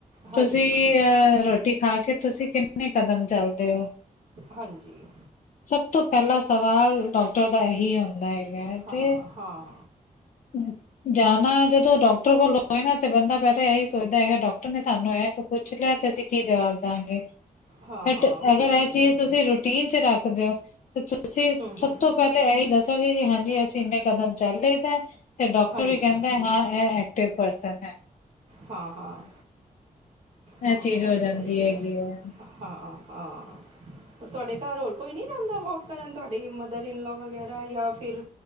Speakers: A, on the left; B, on the right.
A: ਤੁਸੀਂ
B: ਹਾਂਜੀ
A: ਅਹ ਰੋਟੀ ਖਾ ਕੇ, ਤੁਸੀਂ ਕਿੰਨੇ ਕਦਮ ਚੱਲਦੇ ਹੋ।
B: ਹਾਂਜੀ
A: ਸਭ ਤੋਂ ਪਹਿਲਾਂ ਸਵਾਲ ਡਾਕਟਰ ਦਾ ਇਹੀ ਹੁੰਦਾ ਹੈਗਾ,
B: ਹਾਂ
A: ਤੇ
B: ਹਾਂ
A: ਹਾਂ। ਜਾਣਾ ਜਦੋਂ ਡਾਕਟਰ ਕੋਲ ਹੋਏ ਨਾ, ਤੇ ਬੰਦਾ ਪਹਿਲਾਂ ਇਹੀ ਸੋਚਦਾ ਹੈਗਾ ਡਾਕਟਰ ਨੇ ਸਾਨੂੰ ਇਹ ਪੁੱਛ ਲਿਆ, ਤੇ ਅਸੀਂ ਕੀ ਜਵਾਬ ਦਾਂਗੇ।
B: ਹਾਂ
A: ਅਗਰ
B: ਹਾਂ ਉਹ ਤਾਂ ਹੈ
A: ਇਹ
B: ਹੀ
A: ਚੀਜ਼
B: ਹੈ
A: ਤੁਸੀਂ ਰੂਟੀਨ ਚ ਰੱਖਦੇ ਹੋ, ਤਾਂ ਤੁਸੀਂ
B: ਹੂੰ
A: ਸਭ ਤੋਂ ਪਹਿਲੇ ਇਹੀ ਦੱਸਾਂਗੇ, ਜੀ ਹਾਂਜੀ ਅਸੀਂ ਇੰਨੇ ਕਦਮ ਚੱਲ ਰਏ ਤਾਂ ਤੇ ਡਾਕਟਰ
B: ਹਾਂਜੀ
A: ਵੀ ਕਹਿੰਦਾ, ਹਾਂ ਇਹ ਐਕਟਿਵ ਪਰਸਨ ਹੈ।
B: ਹਾਂ ਹਾਂ ਹਾਂ
A: ਇਹ ਚੀਜ਼
B: ਉਹ
A: ਹੋ
B: ਤੇ
A: ਜਾਂਦੀ
B: ਹੈ ਹੀ
A: ਹੈਗੀ
B: ਹੈ‌
A: ਹੈ
B: ਹਾਂ ਹਾਂ ਹਾਂ। ਤੁਹਾਡੇ ਘਰ ਹੋਰ ਕੋਈ ਨੀ ਜਾਦਾ ਵਾਕ ਕਰਨ, ਤੁਹਾਡੇ ਮਦਰ ਇਨ ਲਾ ਵਗੈਰਾ, ਜਾਂ ਫਿਰ